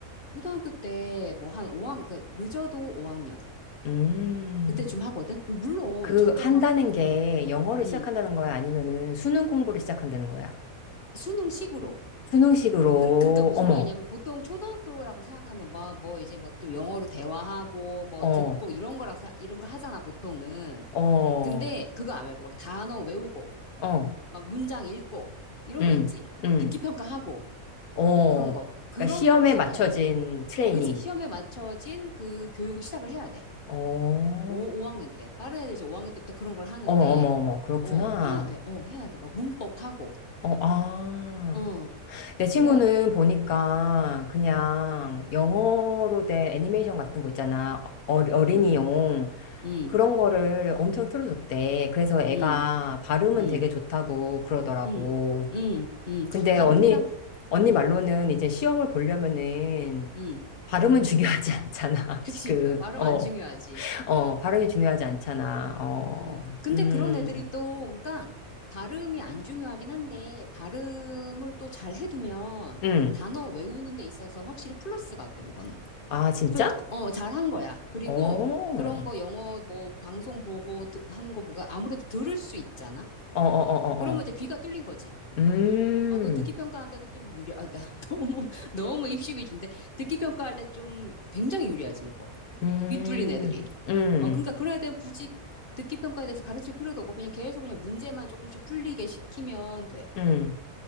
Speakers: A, on the left; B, on the left.
A: 초등학교 때 뭐 한 오학 그 늦어도 5학년.
B: 음.
A: 그때쯤 하거든. 물론
B: 그,
A: 저쪽
B: 한다는
A: 막,
B: 게
A: 음,
B: 영어를
A: 음,
B: 시작한다는 거야? 아니면은 수능 공부를 시작한다는 거야?
A: 수능식으로.
B: 수능식으로,
A: 그, 그러니까 무슨
B: 어머,
A: 말이냐면 보통 초등학교라고 생각하면 뭐, 뭐 이제 뭐 좀 영어로 대화하고 뭐
B: 어,
A: 듣고 이런 거라, 생- 이런 거 하잖아, 보통은.
B: 어,
A: 근데 그거 안 말고 막 단어 외우고
B: 어,
A: 막 문장 읽고 이런
B: 음,
A: 거 있지.
B: 음,
A: 듣기 평가하고
B: 어.
A: 어 그런 거. 그런
B: 그러니까 시험에
A: 거를 시작해야
B: 맞춰진
A: 돼.
B: 트레이닝.
A: 어 그지. 시험에 맞춰진 그 교육을 시작을 해야 돼.
B: 어,
A: 오 5학년 때. 빠른 애들 이제 5학년 때부터 그런 걸 하는데
B: 어머, 어머, 어머. 그렇구나.
A: 어 해야 돼. 어 해야 돼. 막 문법하고
B: 어, 아.
A: 어
B: 내 친구는
A: 그래야 돼.
B: 보니까 그냥 영어로 된 애니메이션 같은 거 있잖아. 어, 어린이용.
A: 음. 음.
B: 그런 거를 엄청 틀어줬대. 그래서 애가
A: 음.
B: 발음은
A: 음.
B: 되게 좋다고 그러더라고.
A: 음. 음. 음.
B: 근데
A: 발음이랑
B: 언니, 언니
A: 음.
B: 말로는 이제 시험을 보려면은
A: 음.
B: 발음은 <laughs> 중요하지 않잖아.
A: 그치.
B: 지금.
A: 발음
B: 어,
A: 안 중요하지.
B: 어, 발음이 중요하지 않잖아. 어,
A: 음, 근데
B: 음,
A: 그런 애들이 또, 그러니까 발음이 안 중요하긴 한데, 발음을 또 잘 해두면
B: 음.
A: 단어 외우는 데 있어서 확실히 플러스가 돼, 그거는.
B: 아, 진짜?
A: 그, 어, 잘한 거야. 그리고
B: 어, 어,
A: 그런 거 영어 뭐 방송 보고 듣- 하는 거 보고 아무래도 들을 수 있잖아?
B: 어, 어, 어.
A: 그러면
B: 어.
A: 이제 귀가 뚫린 거지.
B: 음.
A: 어, 그 듣기 평가한때도 좀 유리, 아, 나 <laughs> 너무, 너무 입시 위주인데, 듣기 평가할 때 좀 굉장히 유리하지, 그거.
B: 음,
A: 귀 뚫린 애들이.
B: 음,
A: 어, 그러니까 그런 애들은 굳이 듣기 평가에 대해서 가르칠 필요도 없고 그냥 계속 그냥 문제만 조금씩 풀리게 시키면 돼.
B: 음,